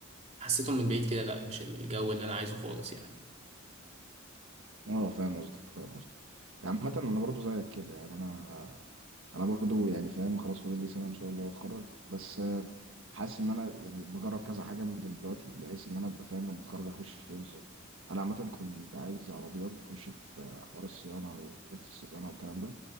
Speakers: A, on the right; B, on the right.
A: حسيتهم من بعيد كده لا مش الجو اللي أنا عايزه خالص يعني
B: اه فاهم قصدك فاهم قصدك عامة انا برضو زيك كده يعني انا انا برضو يعني فاهم خلاص فاضل لي سنة ان شاء الله اتخرج بس آه، حاسس ان انا يعني بجرب كذا حاجة من دلوقتي بحيث ان انا ابقى فاهم لما اتخرج اخش في ايه بالظبط انا عامة كنت عايز عربيات اخش في آه، حوار الصيانة ومراكز الصيانة والكلام ده